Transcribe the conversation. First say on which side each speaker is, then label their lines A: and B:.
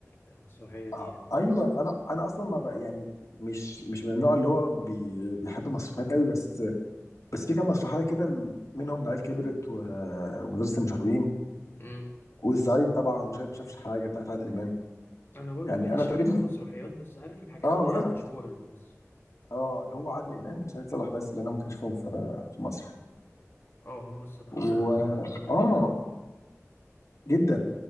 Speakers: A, on the left; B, on the left.
A: المسرحية دي
B: آه،
A: يعني
B: ايوه انا انا اصلا ما بق- يعني مش مش من النوع اللي هو بي بيحب مسرحيات قوي بس بس في كام مسرحيه كده ال- منهم العيال كبرت و- ومدرسه المشاغبين
A: امم
B: والزعيم طبعا وشايف ما شافش حاجه بتاعت عادل امام
A: أنا برضو
B: يعني
A: ماليش
B: انا تقريبا
A: أوي في المسرحيات بس عارف الحاجات
B: اه
A: اللي
B: ولا
A: هي المشهورة
B: انا
A: دي بس
B: اه هو عادل امام وسعيد صالح بس اللي انا ممكن اشوفهم في في مصر
A: اه هم الصراحة
B: و
A: كانوا جامدين
B: اه
A: أوي
B: جدا